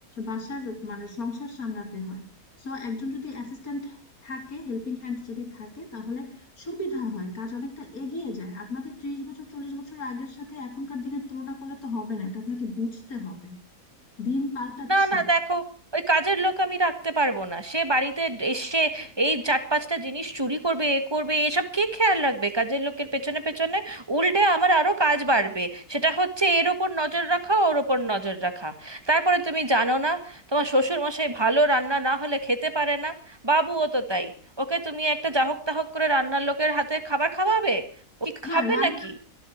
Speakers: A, on the left; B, on the right.
A: বাসার মানে সংসার সামলাতে হয় সো একজন যদি অ্যাসিস্ট্যান্ট থাকে হেল্পিং হ্যান্ড যদি থাকে তাহলে সুবিধা হয় কাজ অনেকটা এগিয়ে যায় আপনাদের ত্রিশ বছর চল্লিশ বছর আগের সাথে এখনকার দিনের তুলনা করলে তো হবে না এটা আপনাকে বুঝতে হবে দিন পাল্টাচ্ছে
B: না না দেখো ওই কাজের লোক আমি রাখতে পারবো না সে বাড়িতে এসে এই চার পাঁচটা জিনিস চুরি করবে এ করবে এসব কে খেয়াল রাখবে কাজের লোকের পেছনে পেছনে উল্টে আমার আরো কাজ বাড়বে সেটা হচ্ছে এর ওপর নজর রাখা ওর ওপর নজর রাখা তারপরে তুমি জানো না তোমার শ্বশুর মশাই ভালো রান্না না হলে খেতে পারে না বাবুও তো তাই ওকে তুমি একটা জাহক তাহক করে রান্নার লোকের হাতে খাবার খাওয়াবে ও কি
A: না
B: খাবে
A: রান্না
B: নাকি